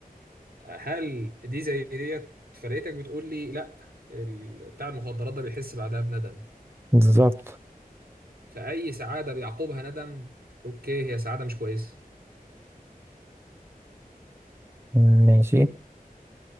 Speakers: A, on the right; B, on the right.
A: هل دي زي ديت فرقتك بتقول لي لا ال- بتاع المخدرات ده بيحس بعدها بندم
B: بالظبط
A: فاي سعاده بيعقبها ندم اوكي هي سعاده مش كويسه
B: مم، ماشي